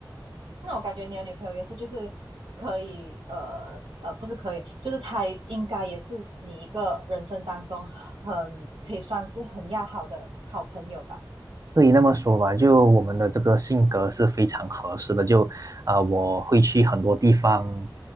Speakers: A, on the right (about 80°); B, on the right (about 45°).
A: 那我感觉你的女朋友也是，就是可以，呃呃，不是可以，就是她应该也是你一个人生当中很可以算是很要好的好朋友吧。
B: 可以那么说吧，就我们的这个性格是非常合适的。就，呃，我会去很多地方，